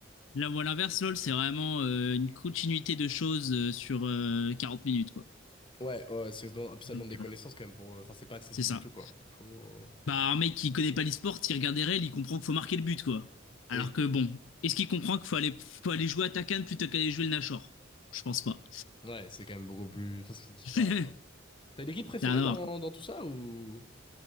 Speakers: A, on the left; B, on the left.
A: La voie l'inverse, LOL, c'est vraiment euh, une continuité de choses euh, sur euh, 40 minutes, quoi.
B: Ouais, ouais, c'est et puis ça
A: Donc
B: demande des connaissances
A: voilà,
B: quand même pour. Enfin, c'est pas accessible
A: c'est ça.
B: du tout quoi. Faut.
A: Bah, un mec qui connaît pas l'e-sport, il regarde des règles, il comprend qu'il faut marquer le but, quoi. Alors
B: Oui.
A: que bon, est-ce qu'il comprend qu'il faut aller, faut aller jouer à Takan plutôt qu'aller jouer le Nashor Je pense pas.
B: Ouais, c'est quand même beaucoup plus. Enfin, c'est différent
A: <laughs> c'est rien
B: quoi. T'as une équipe préférée
A: à
B: dans,
A: quoi.
B: dans tout ça ou,